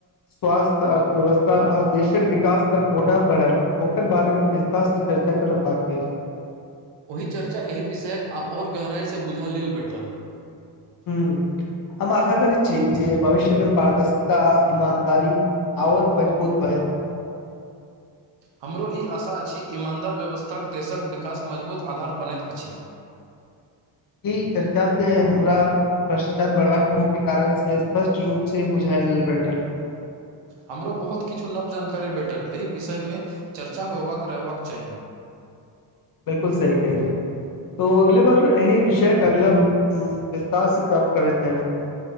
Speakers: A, on the left (about 50°); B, on the right (about 70°).
A: स्वास्थ्य, अर्थव्यवस्था आ देशक विकास पर कोटा पड़ल। ओकर बारेमे विस्तार से चर्चा करब बकी
B: ओहि चर्चा एहि विषयके आओर गहराइसँ बुझि लेबाक भेटल।
A: हँ, हम आशा करैत छी जे भविष्य मे पारदर्शिता, ईमानदारी आओर मजबूत होय।
B: हमरो ई आशा अछि। ईमानदार, व्यवस्थाके देशक विकास मजबूत आधार बनैत अछि।
A: ई चर्चा से हमरा। भ्रष्टाचार, बढ़बाक मुख्य कारण से स्पष्ट रूप से बुझायल भेटल।
B: हमरो बहुत किछु नव जानकारी भेटल। एहि विषयमे चर्चा होयबाक रहबाक चाही।
A: बिल्कुल सही कहि दियौ। तऽ अगिला बेर एहि विषयके अगिला विस्तारसँ गप करै चाही।